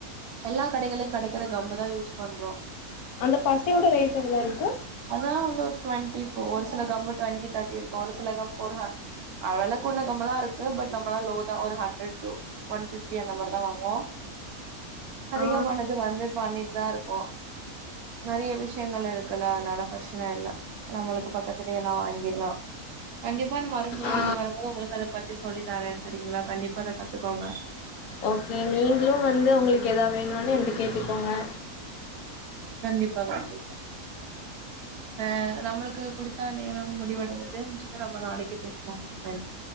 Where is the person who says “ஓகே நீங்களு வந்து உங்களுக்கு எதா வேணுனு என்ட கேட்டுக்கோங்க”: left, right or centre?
Left